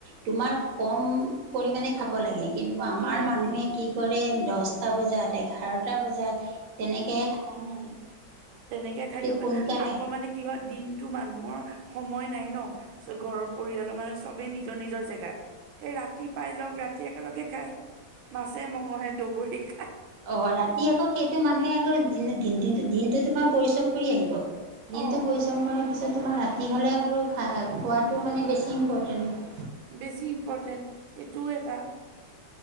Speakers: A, on the right; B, on the right.
A: তোমাৰ কম পৰিমাণে খাব লাগে। কিন্তু আমাৰ
B: উম
A: মানুহে
B: উম
A: কি কৰে দহটা বজাত এঘাৰটা বজাত তেনেকে
B: অঁ তেনেকে খাদ্য খায়
A: সোনকালে
B: আকৌ মানে কি হয় দিন <unintelligible> দিনটো মানুহৰ সময় নাই ন ঘৰৰ পৰিয়ালৰ মানুহ চবেই নিজৰ-নিজৰ জেগাত। <unintelligible> এই ৰাতি পাই লওক, ৰাতি একেলগে খায়। মাছে-মঙহে দগৰি খায় <unintelligible>
A: অ ৰাতি আকৌ সেইটো মানুহে আকৌ দিনটো <unintelligible> তোমাৰ পৰিশ্ৰম কৰি আহিব। দিনটো
B: অ
A: পৰিশ্ৰম কৰাৰ পিছত তোমাৰ ৰাতি হ'লে আৰু খা <unintelligible> খোৱাটো মানে বেছি ইম্পৰ্টেণ্ট।
B: বেছি ইম্পৰ্টেণ্ট সেইটো এটা <unintelligible>